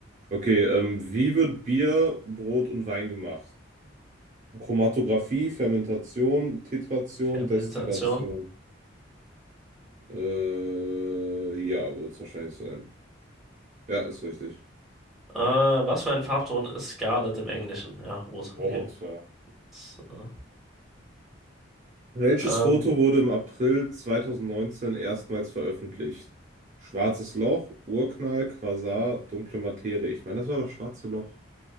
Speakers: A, on the right; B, in the centre.
A: Okay, ähm, wie wird Bier, Brot und Wein gemacht? Chromatographie, Fermentation, Titration,
B: Fermentation.
A: Destillation. Äh, ja, wird es wahrscheinlich sein. Ja, ist richtig.
B: Äh, was für ein Farbton ist Scarlet im Englischen? Ja, rot,
A: Brot,
B: okay.
A: ja.
B: So.
A: Welches
B: Ähm,
A: Foto wurde im April 2019 erstmals veröffentlicht? Schwarzes Loch, Urknall, Quasar, dunkle Materie. Ich meine, das war das schwarze Loch.